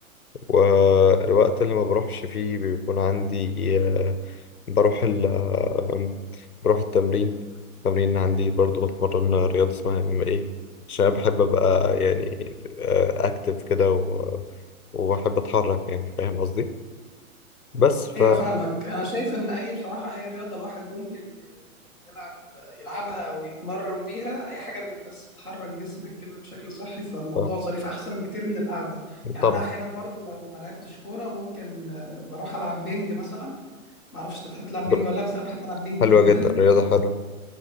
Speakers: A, on the left; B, in the centre.
A: والوقت اللي ما بروحش فيه بيكون عندي آه، بروح ال آه، بروح التمرين التمرين عندي برضو بتمرن رياضة اسمها ام ام ايه عشان أنا بحب ابقى يعني اكتف كده و... وبحب اتحرك يعني فاهم قصدي بس ف,
B: ايوه فاهمك انا شايف ان اي بصراحه اي رياضه الواحد ممكن ي- يعني يلعب يلعبها او يتمرن بيها اي حاجه بت- بس بتحرك جسمك كده بشكل صحي فالموضوع
A: ف...
B: ظريف احسن بكتير من القعده يعني
A: طبعا
B: انا احيانا برضو لو ما لعبتش كوره ممكن آه، بروح العب بينج مثلا ما اعرفش انت بتحب تلعب
A: بر-
B: بينج ولا لا بس انا بحب العب بينج
A: حلوة
B: جدا
A: جدا رياضة
B: و...
A: حلوة